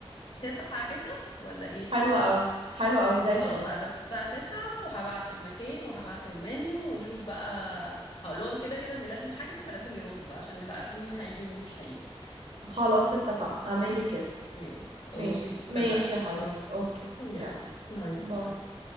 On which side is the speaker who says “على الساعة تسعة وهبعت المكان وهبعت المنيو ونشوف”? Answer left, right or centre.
Left